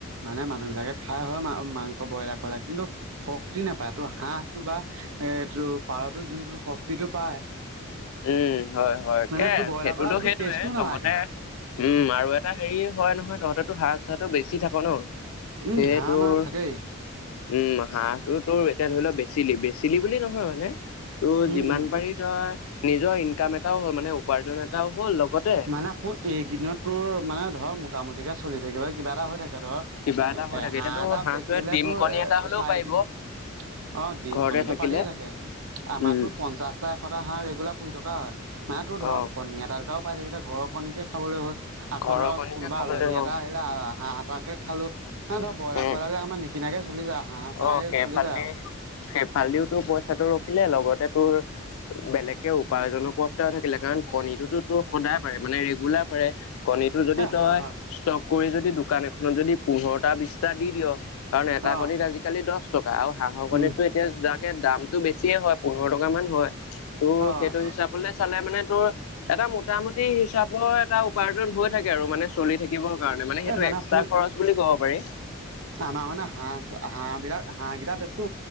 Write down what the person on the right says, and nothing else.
মানে মানুহবিলাকে খাই হয় মা মাংস ব্ৰইলা কইলা কিন্তু, শক্তি নাপায়, তোৰ হাঁহটো বা এ তটো পাৰতো যোনটো শক্তিটো পায়
মানে
তোৰ ব্ৰইলাৰ
কলা সতো
টেষ্টো নালাগে
উম
হাঁহ মাহ থাকেই
উম
উম
মানে ক'ত এইকদিনতো মানে ধৰক মোটামুটিকৈ চলি থাকিব বা কিবা এটা হৈ থাকে ধৰক
এ
হাঁহ
এটা
বেচিলে
তোৰ
চাৰিদিন
অ ডিম
কণীটো
পাৰিয়ে থাকে আমাতো
পঞ্চাশ টা, এশটা হাঁহ ৰেগুলাৰ পুহি থকা হয় মাহটো ধৰক
কণী এটা, দুটাও পাই থাকিলে ঘৰৰ কণীকে খাবলৈ হয় আকৌ
ধৰক
কোনোবা
আলহী
এটা আহে- হিলে আৰ হাঁহ এটাকে খালো ধৰ ব্ৰইলাৰ
কইলা বিলাক আমাৰ নিকিনাকে চলি যায় হাঁহ চাঁহে
চলি যায় আৰু
এ
হয় হয়
অ
উম
অ
এ
শুই
আমাৰ মানে হাঁহ হাঁহ বিলাক হাঁহ কেইটা বেচো